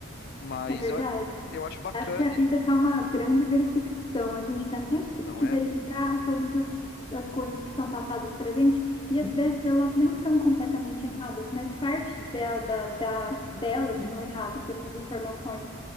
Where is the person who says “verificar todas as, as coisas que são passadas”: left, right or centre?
Left